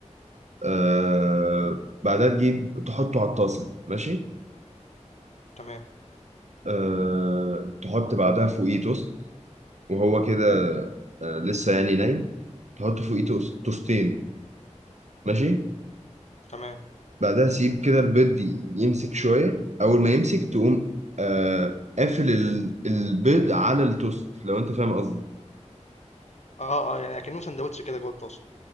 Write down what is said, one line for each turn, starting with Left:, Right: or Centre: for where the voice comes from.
Right: آه بعدها تجيب تحطه على الطاسة ماشي
Left: تمام،
Right: آه تحط بعدها فوقيه توست وهو كده آه لسه يعني ناي تحط فوقيه توست توستين ماشي
Left: تمام.
Right: بعدها سيب كده البيض ي- يمسك شوية أول ما يمسك تقوم آه قافل ال- البيض على التوست لو أنت فاهم قصدي
Left: آه، آه، يعني أكنّه ساندوتش كده جوّه الطاسة.